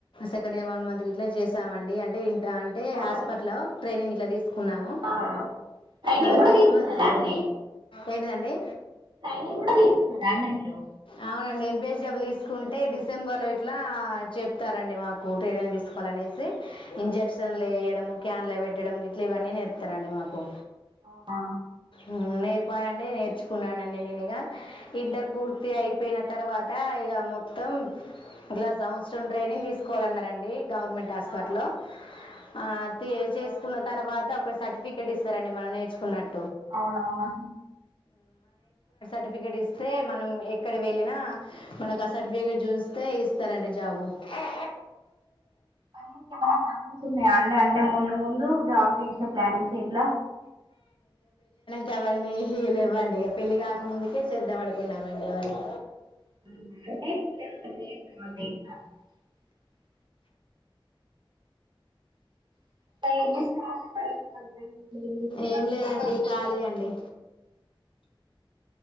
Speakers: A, on the left; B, on the right.
A: సెకండ్ ఇయర్ వన్ మంత్ ఇట్లా చేసామండి. అంటే ఇ అంటే
B: ఆ
A: హాస్పిటల్ లో ట్రైనింగ్ ఇట్లా తీ సుకున్నాము
B: ఆ ట్రైనింగ్
A: ఆ
B: కూడా
A: తీసుకున్న
B: తీసుకున్నారా అండి
A: ఏంటిదండి?
B: ట్రైనింగ్ కూడా తీసుకున్నారా అండి మీరు
A: అవునండి ఎం పి ఎస్ డబ్ల్యు తీసుకుంటే డిస్ డిసెంబర్లో ఇట్లా చెప్తారండి మాకు ట్రైనింగ్ తీసుకోవాలనేసి ఇంజక్షన్లు వేయడం ము క్యాన్ల పెట్టడం గిట్లా ఇవన్నీ నేర్పుతారండి మాకు
B: అవునా
A: ఊ నేర్పాయండి నేర్చుకున్నానండి నేను ఇగా ఇంటర్ పూర్తి అయిపోయిన తర్వాత ఇగ మొత్తం ట్లా సంవత్సరం ట్రైనింగ్ తీసుకోవాలన్నారండి గవర్నమెంట్ హాస్పిటల్లో
B: ఆ
A: ఆ తీర్ చేసుకున్న తర్వాత ఒక సర్టిఫికెట్ ఇస్తారండి మనం నేర్చుకున్నట్టు
B: అవునవున
A: సర్టిఫికెట్ ఇస్తే మనం ఎక్కడ వెళ్ళినా మనకు ఆ సర్టిఫికెట్ చూస్తే ఇస్తారండి జాబు. ఏ
B: అన్న చాల ఛాన్సెస్ ఉన్నాయా అండి అంటే ముందు ముందు జాబ్ని ఇంకా ప్లానింగ్ ఎట్లా?
A: తేవన్నీ ఇహ లేవండి ఇగ పెళ్లి కాకముందుకే చేద్దాం అనుకున్నామండి అవన్నీ.
B: ర మరి <unintelligible>
A: ఏం
B: అత్తమ్మ
A: లేదండి
B: వాళ్ళు ఇట్లా
A: ఖాళీ అండి.